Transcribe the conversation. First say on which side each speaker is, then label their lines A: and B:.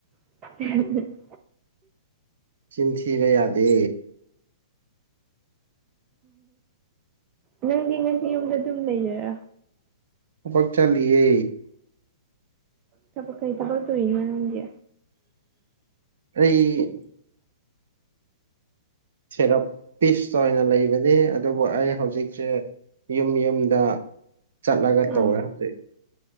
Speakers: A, on the right; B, on the right.
A: <unintelligible>
B: ꯆꯤꯟ ꯊꯤꯕ ꯌꯥꯗꯦ
A: ꯅꯪꯗꯤ ꯉꯁꯤ ꯌꯨꯝꯗ ꯑꯗꯨꯝ ꯂꯩꯗꯣꯏꯔꯣ
B: ꯊꯕꯛ ꯆꯠꯂꯤꯌꯦ
A: ꯊꯕꯛ ꯀꯩ ꯊꯕꯛ ꯇꯧꯋꯤꯅꯣ ꯅꯪꯗꯤ
B: ꯑꯩ ꯁꯦꯔꯞ ꯄꯤꯁꯇ ꯑꯣꯏꯅ ꯂꯩꯕꯅꯤ ꯑꯗꯨꯕꯨ ꯑꯩ ꯍꯧꯖꯤꯛꯁꯦ ꯌꯨꯝ ꯌꯨꯝꯗ ꯆꯠꯂꯒ
A: ꯑꯥ
B: ꯇꯧꯋꯦ ꯍꯧꯖꯤꯛ